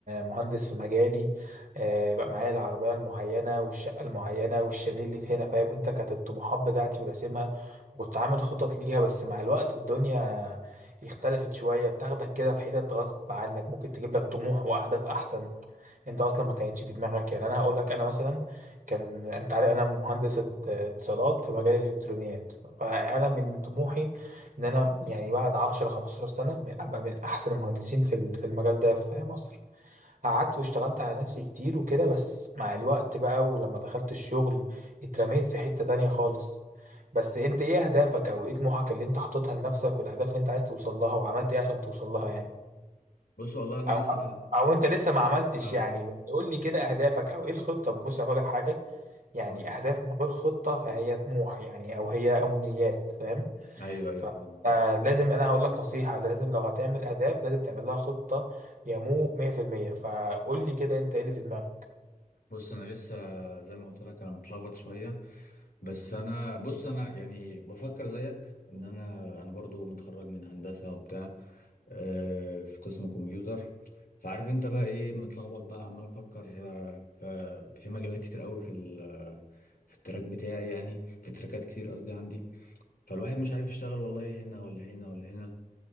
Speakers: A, on the right (about 65°); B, on the left (about 85°).
A: مهندس في مجالي آه، بقى معايا العربية المعينة والشقة المعينة والشاليه اللي في هنا فاهم أنت كانت الطموحات بتاعتي وراسمها وكنت عامل خطط ليها بس مع الوقت الدنيا اختلفت شوية بتاخدك كده في حتت غصب عنك ممكن تجيب لك طموح وأهداف أحسن انت اصلا ما كانتش في دماغك يعني انا هقول لك انا مثلا كان انت عارف انا مهندس اتصالات في مجال الالكترونيات فانا من طموحي ان انا يعني بعد 10 15 سنه م- ابقى من احسن المهندسين في ال- في المجال ده في مصر قعدت واشتغلت على نفسي كتير وكده بس مع الوقت بقى ولما دخلت الشغل اترميت في حته تانية خالص بس انت ايه اهدافك او ايه طموحك اللي انت حاططها لنفسك والاهداف اللي انت عايز توصل لها وعملت ايه عشان توصل لها يعني
B: بص والله انا
A: او
B: لسه في ال...
A: او انت لسه ما عملتش
B: اه
A: يعني بس قول لي كده اهدافك او ايه الخطه بص هقول لك حاجه يعني
B: اقول
A: اهداف من غير خطه فهي طموح يعني او هي امنيات فاهم
B: ايوه ايوه
A: ف-
B: فاهم
A: فلازم انا هقول لك نصيحة لازم لو هتعمل اهداف لازم تعمل لها خطة يمو 100% فقول لي كده انت ايه اللي في دماغك
B: بص انا لسه زي ما قلت لك انا متلخبط شويه بس انا بص انا يعني بفكر زيك ان انا انا برضو متخرج من هندسه وبتاع آه، في قسم كمبيوتر فعارف انت بقى ايه متلخبط بقى عمال افكر آه، في في مجالات كتير قوي في ال- في التراك بتاعي يعني في تراكات كتير قصدي عندي فالواحد مش عارف يشتغل والله هنا ولا هنا ولا هنا